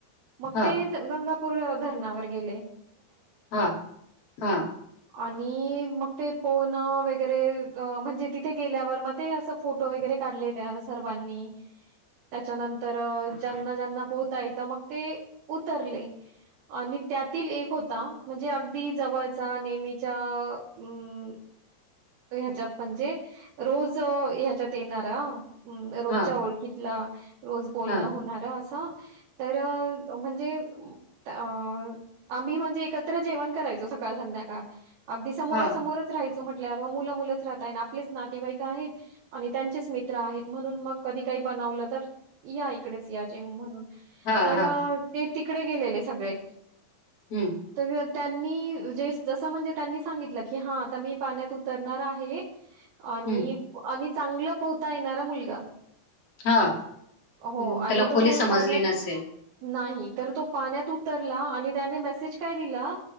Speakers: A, on the right; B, on the left.
A: मग
B: हा
A: ते गंगा धरणावर गेले.
B: हां हां.
A: आणि मग ते पोहणं वगैरे अ म्हणजे तिथे गेल्यावर मग ते असं फोटो वगैरे काढले त्या सर्वांनी त्याच्यानं तर
B: हा
A: ज्यांना ज्यांना पोहता येतं मग ते उतरले आणि त्यातील एक होता. म्हणजे अगदी जवळचा नेहमीच्या अम्म ह्याच्यात म्हणजे रोज ह्याच्यात येणारा. अम्म रोजच्या
B: हा
A: ओळखीतला रोज बोलणं
B: हा
A: होणारा असा तर म्हणजे अ आम्ही म्हणजे एक त्र जेवण करायचो सकाळ संध्याकाळ. अगदी समोरासमोरच
B: हा
A: राहायचं म्हटल्यावर मग मुलं मुलंच राहताय ना आपलेच नातेवाईक आहेत आणि त्यांचेच मित्र आहेत म्हणून मग कधी काही बनवलं तर या इकडेच या जेऊ म्हणून
B: हा
A: तर
B: हा
A: ते तिकडे गेलेले सगळे
B: हम्म.
A: तर त्यांनी जे जसं म्हणजे त्यांनी सांगितलं की हां आता मी पाण्यात उतरणार आहे. आणि
B: हम्म
A: आणि चांगलं पोहता येणारा मुलगा
B: हा
A: हो
B: मग
A: आणि
B: त्याला
A: तो
B: खोली समजली
A: पाण्यात
B: नसेल
A: नाही तर तो पाण्यात उतरला आणि त्याने मेसेज काय दिला